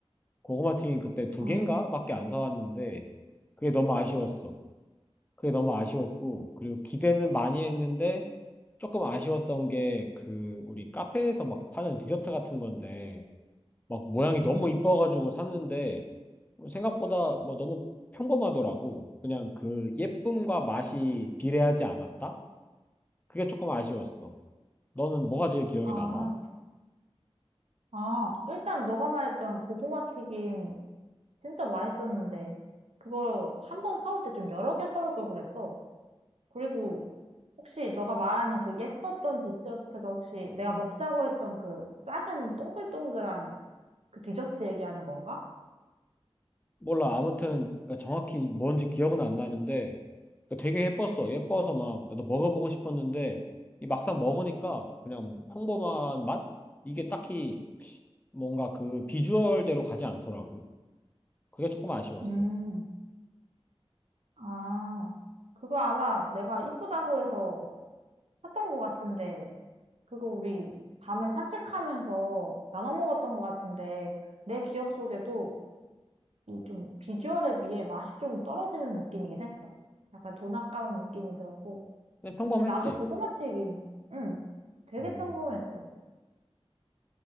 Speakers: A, on the left; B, on the right.
A: 고구마 튀김 그때 두
B: 아.
A: 개인가밖에 안 사왔는데 그게 너무 아쉬웠어. 그게 너무 아쉬웠고 그리고 기대는 많이 했는데 조금 아쉬웠던 게 그 우리 카페에서 막 파는 디저트 같은 건데 막 모양이 너무 이뻐가지고 샀는데 생각보다 뭐 너무 평범하더라고. 그냥 그 예쁨과 맛이 비례하지 않았다? 그게 조금 아쉬웠어. 너는 뭐가 제일 기억에
B: 아,
A: 남아?
B: 아, 일단 너가 말했던 고구마 튀김 진짜 맛있었는데, 그걸 한 번 사올 때 좀 여러 개 사올 걸 그랬어. 그리고 혹시 너가 말하는 그 예뻤던 디저트가 혹시 내가 먹자고 했던 그 작은 동글동글한 그 디저트 얘기하는 건가?
A: 몰라. 아무튼 그러니까 정확히 뭔지 기억은 안 나는데 그러니까 되게 예뻤어. 예뻐서 막 나도 먹어보고 싶었는데 이 막상 먹으니까 그냥 평범한 맛? 이게 딱히 뭔가 그 비주얼대로 가지 않더라고. 그게 조금 아쉬웠어.
B: 음, 아, 그거 아마 내가 이쁘다고 해서 샀던 것 같은데, 그거 우리 밤에 산책하면서 나눠 먹었던 것 같은데, 내 기억 속에도 이 좀 비주얼에 비해 맛이 좀 떨어지는 느낌이긴 했어. 약간 돈 아까운 느낌이 들었고.
A: 그냥 평범했지.
B: 근데 나도 고구마 튀김, 응, 되게
A: 음,
B: 평범했어.